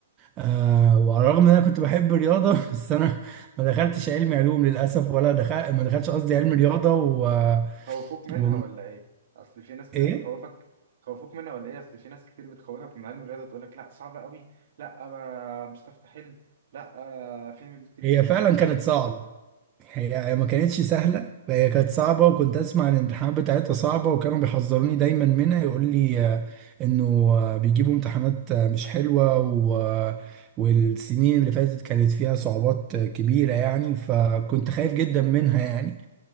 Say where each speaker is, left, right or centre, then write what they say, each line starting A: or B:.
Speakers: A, on the right; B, on the right.
A: آه وعلى الرغم ان انا كنت بحب الرياضه <laughs> بس انا ما دخلتش علم علوم للاسف ولا دخل ما دخلتش قصدي علم رياضه و...
B: خوفوك منها
A: و...
B: ولا ايه اصل في ناس كتير
A: ايه
B: بتخوفك خوفوك منها ولا ايه اصل في ناس كتير بتخوفك من علم الرياضه تقول لك لا صعبه قوي لا ما مش هتعرف تحل لا آه، فهم كتير
A: هي
B: في الزياده
A: فعلا كانت صعبه هي هي ما كانتش سهله هي كانت صعبه وكنت اسمع الامتحانات بتاعتها صعبه وكانوا بيحذروني دايما منها يقول لي آه، انه آه، بيجيبوا امتحانات آه، مش حلوه و... والسنين اللي فاتت كانت فيها صعوبات آه، كبيره يعني فكنت خايف جدا منها يعني